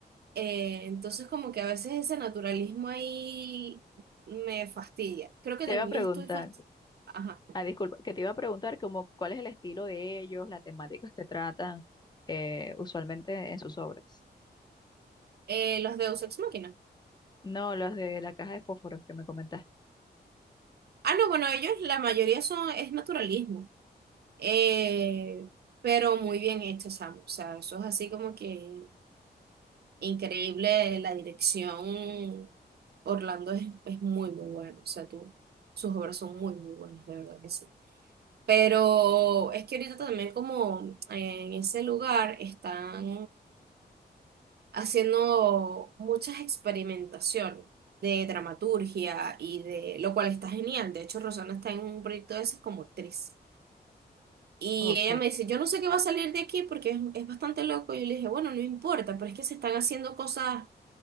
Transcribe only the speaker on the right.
Eh, entonces como que a veces ese naturalismo ahí me fastidia. Creo que
también
estoy fastidiada. Ajá.
Eh, los Deus Ex Machina.
Ah, no, bueno, ellos la mayoría son, es naturalismo. Eh, pero muy bien hecho, Sam. O sea, eso es así como que increíble. La dirección Orlando es, es muy, muy bueno. O sea, tú, sus obras son muy, muy buenas, de verdad que sí. Pero es que ahorita también como en ese lugar están haciendo muchas experimentaciones de dramaturgia y de, lo cual está genial. De hecho, Rosana está en un proyecto de esas como actriz. Y
ella me dice, yo no sé qué va a salir de aquí porque es, es bastante loco. Y yo le dije, bueno, no importa, pero es que se están haciendo cosas